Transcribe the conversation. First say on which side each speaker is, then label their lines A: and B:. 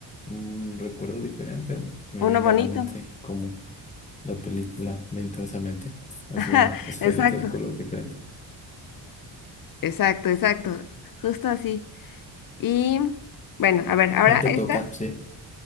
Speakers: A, on the left (about 15°); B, on the left (about 50°).
A: un recuerdo diferente, ¿no? Me viene
B: Uno bonito.
A: a la mente como la película de Intensamente, así
B: Ajá,
A: una esferita
B: exacto,
A: de color diferente.
B: exacto, exacto. Justo así. Y bueno, a ver, ahora
A: Eh, Te
B: esta,
A: toca, sí.